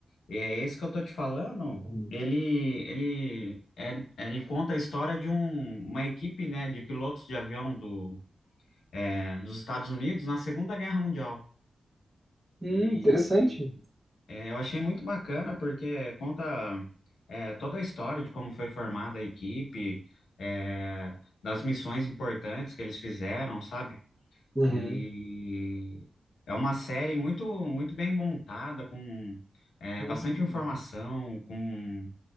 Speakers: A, on the left; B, on the right.
A: E é esse que eu tô te falando.
B: Uhum.
A: Ele, ele, é- ele conta a história de um- uma equipe, né, de pilotos de avião do, é, dos Estados Unidos na Segunda Guerra Mundial.
B: Hum,
A: E
B: interessante.
A: é, eu achei muito bacana porque conta é, toda a história de como foi formada a equipe, é, das missões importantes que eles fizeram, sabe?
B: Uhum.
A: E é uma série muito, muito bem montada, com é,
B: Hum.
A: bastante informação, com